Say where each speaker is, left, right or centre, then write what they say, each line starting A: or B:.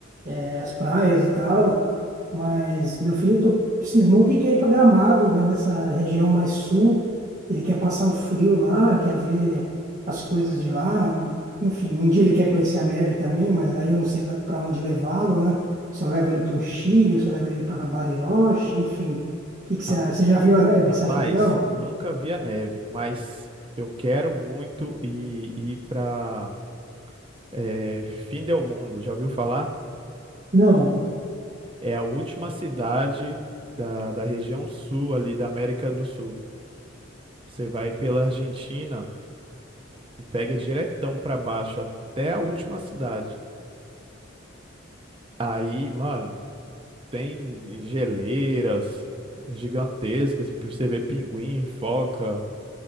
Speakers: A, on the right; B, on the right.
A: É, as praias e tal, mas meu filho tô, cismou que quer ir para Gramado, né, nessa região mais sul. Ele quer passar o frio lá, quer ver as coisas de lá. Enfim, um dia ele quer conhecer a neve também, mas aí eu não sei para onde levá-lo, né? Se eu levo ele para o Chile, se eu levo ele para Bariloche, enfim. O que que você
B: Ra-
A: acha? Você já viu a neve?
B: Rapaz,
A: Você acha legal?
B: nunca vi a neve, mas eu quero muito ir, ir para É, Findelmundo, já ouviu falar?
A: Não.
B: É a última cidade da, da região sul ali da América do Sul. Você vai pela Argentina e pega diretão pra baixo até a última cidade. Aí, mano, tem geleiras gigantescas, pra você ver pinguim, foca.